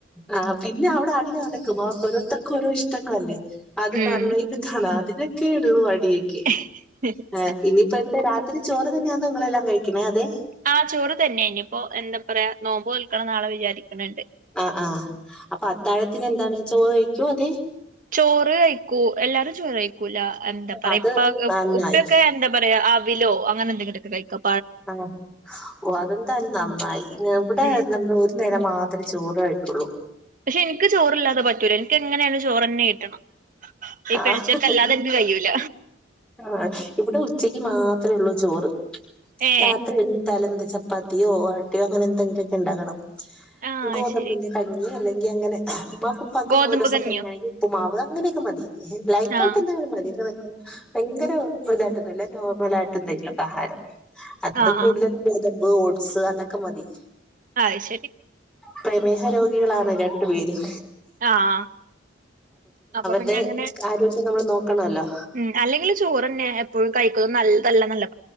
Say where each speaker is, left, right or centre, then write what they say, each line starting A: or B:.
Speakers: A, in the centre; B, on the right.
A: ആ പിന്നെ അവിടെ അടി നടക്കും. ഓരോരുത്തർക്കും ഓരോ ഇഷ്ടങ്ങളല്ലേ. അത്
B: ഉം
A: കണ് ഇത് കാണാം അതിനൊക്കെ ഉള്ളൂ അടിയൊക്കെ.
B: <inaudible>
A: ആ ഇനിയിപ്പ എന്താ രാത്രി ചോറ് തന്നെയാന്നോ നിങ്ങളെല്ലാം കഴിക്കണേ അതെ,
B: ആഹ് ചോറ് തന്നെ ഇനിപ്പോ എന്താ പറയാ, നോമ്പ് നോൽക്കണം നാളെ വിചാരിക്കണണ്ട്.
A: ആഹ് ആ അപ്പൊ അത്താഴത്തിന് എന്താണ് ചോറ് കഴിക്കോ അതെ,
B: ചോറ് കഴിക്കൂ. എല്ലാരും ചോറ് കഴിക്കൂല എന്താ
A: ഓ
B: പറയാ,
A: അത്
B: ഇപ്പ
A: നന്നായി
B: ഉപ്പൊക്കെ എന്താ പറയാ, <unintelligible> അങ്ങനെ എന്തെങ്കിലൊക്കെ കഴിക്കും.
A: ആ ഓഹ് അതെന്തായാലും നന്നായി ഇവിടെ
B: ഉം
A: നമ്മള് ഒരു നേരം മാത്ര <unintelligible> ചോറായിട്ടുള്ളൂ.
B: പക്ഷെ എനിക്ക് ചോറില്ലാതെ പറ്റൂല. എനിക്ക് എങ്ങനേണേലും ചോറന്നെ കിട്ടണം. ഈ
A: ആ
B: <unintelligible> അല്ലാതെ എനിക്ക് കയൂല.
A: ആഹ് ആ ഇവിടെ ഉച്ചക്ക് മാത്രേ ഉള്ളൂ ചോറ്.
B: ഏ
A: രാത്രി എന്താലും എന്ത് ച പത്തിയോ <unintelligible> അങ്ങനെ എന്തെങ്കിലുമൊക്കെ ഉണ്ടാകണം.
B: ആഹ്
A: ഗോതമ്പിന്റെ,
B: അത് ശരി
A: കഞ്ഞി അല്ലെങ്കി അങ്ങനെ. ഉമ്മാക്കും ഉപ്പാക്കും
B: ഗോതമ്പ്
A: ഒരു ദിവസം
B: കഞ്ഞിയോ
A: കഞ്ഞി ആണെങ്കി ഉപ്പ് മാവ് അങ്ങനെയൊക്കെ മതി. ലൈറ്റായിട്ട്
B: ആഹ്
A: എന്തെങ്കിലും മതി. ഭയങ്കര ഇതായിട്ടൊന്നുംല്ല നോർമൽ ആയിട്ടൊന്നും ഇല്ല ഇപ്പാഹാരം. അതും
B: ആഹ്
A: കൂടുതല്
B: ആ
A: ഗോതമ്പ് ഓട്സ് അതൊക്കെ മതി.
B: അത് ശരി
A: പ്രമേഹ രോഗികളാണ് രണ്ടു പേരും
B: ആഹ് അപ്പൊ പിന്നെ
A: അതെ
B: അങ്ങനെ
A: ആരോഗ്യം നമ്മൾ നോക്കണോല്ലൊ
B: ഉം അല്ലെങ്കിൽ ചോറ്ന്നെ എപ്പോഴും കഴിക്കതും നല്ലതല്ല തല്ലെ